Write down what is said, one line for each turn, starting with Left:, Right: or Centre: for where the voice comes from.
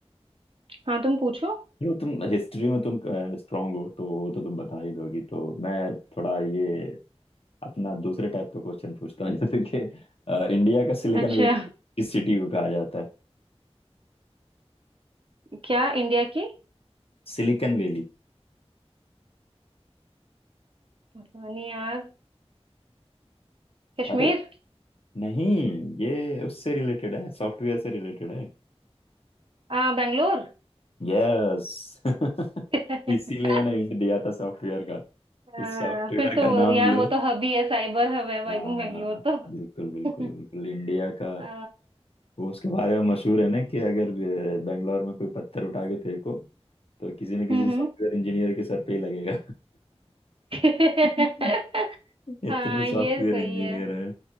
Right: हाँ तुम पूछो
Left: जो तुम हिस्ट्री में तुम स्ट्रांग हो तो वो तो तुम बता ही दोगी तो मैं थोड़ा ये अपना दूसरे टाइप का क्वेश्चन पूछता हूँ जैसे कि अ, इंडिया का सिलिकन
Right: अच्छा
Left: वैली किस सिटी को कहा जाता है
Right: क्या इंडिया की
Left: Silicon Valley
Right: राजधानी यार कश्मीर
Left: अरे नहीं ये उससे रिलेटेड है सॉफ्टवेयर से रिलेटेड है
Right: आ बेंगलोर
Left: यस <laughs>
Right: <laughs>
Left: इसीलिए मैंने हिंट दिया था सॉफ्टवेयर का
Right: आ,
Left: इस सॉफ्टवेयर
Right: फिर तो
Left: का
Right: वो-
Left: नाम
Right: यार
Left: लो
Right: वो तो हब ही है साइबर हब है भाई
Left: हाँ
Right: बेंगलोर
Left: हाँ, हाँ, हाँ।
Right: तो
Left: बिल्कुल बिल्कुल
Right: <laughs>
Left: बिल्कुल इंडिया का
Right: आ,
Left: वो उसके बारे में मशहूर है ना कि अगर अ, बैंगलोर में कोई पत्थर उठा के फेंको तो किसी न किसी
Right: हम्म
Left: सॉफ्टवेयर इंजीनियर के सर पे ही लगेगा
Right: <laughs>
Left: <laughs> इतने
Right: हाँ
Left: सॉफ्टवेयर
Right: ये सही
Left: इंजीनियर
Right: है
Left: है